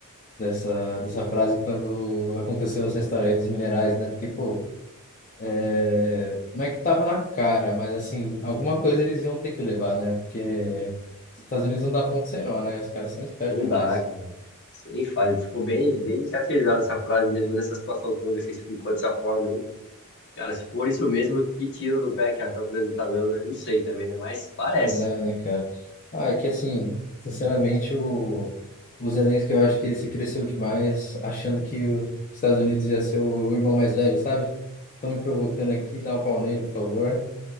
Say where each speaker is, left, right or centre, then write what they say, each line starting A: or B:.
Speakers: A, on the left; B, on the left.
A: dessa, dessa frase quando aconteceu essa história aí dos minerais, né? Porque, pô, é, não é que tava na cara, mas assim, alguma coisa eles iam ter que levar, né? Porque os Estados Unidos não dá ponto sem nó, né? Os caras são espertos
B: Não
A: demais.
B: dá, cara. Nossa, nem fale. Ficou bem, bem caracterizada essa frase mesmo nessa situação toda. Você explicou dessa forma, hein? Cara, se for isso mesmo, que tiro no pé que a Raquel Grande tá dando, eu não sei também, né? Mas parece.
A: Pois é, né, cara? Ah, é que assim, sinceramente, o, o Zelensky, eu acho que ele se cresceu demais achando que os Estados Unidos ia ser o irmão mais velho, sabe? Estão me provocando aqui, dá um pau nele, por favor.